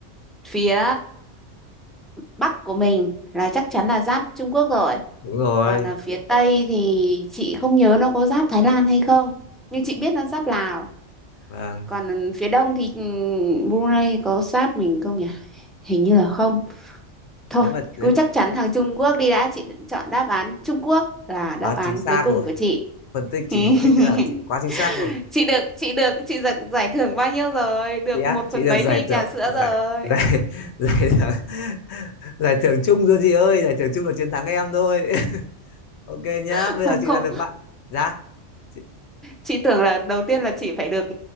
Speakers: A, in the centre; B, on the left (about 70°).
A: phía Bắc của mình là chắc chắn là giáp Trung Quốc rồi.
B: đúng rồi
A: Còn ở phía Tây thì chị không nhớ nó có giáp Thái Lan hay không. Nhưng chị biết nó giáp Lào.
B: vâng
A: Còn ừ, phía Đông thì ừ, Brunei có giáp mình không nhỉ? Hình như là không. Thôi,
B: nếu mà nếu
A: cứ
B: mà
A: chắc chắn thằng Trung Quốc đi đã, chị định chọn đáp án Trung Quốc là đáp
B: quá chính
A: án
B: xác
A: cuối cùng
B: rồi
A: của chị.
B: phân tích chị
A: <laughs>
B: phân tích thế là chị quá chính xác rồi
A: Chị được, chị được, chị giật giải thưởng bao nhiêu rồi? Được
B: chị á
A: một
B: chị
A: phần
B: được
A: mấy
B: giải
A: ly
B: thưởng
A: trà sữa
B: giải
A: rồi.
B: giải <laughs> giải thưởng giải thưởng chung rồi chị ơi giải thưởng chung là chiến thắng em thôi <laughs> ok nhá
A: <laughs>
B: bây
A: Không
B: giờ chị
A: không,
B: đã được bạn giá chị...
A: chị tưởng là đầu tiên là chị phải được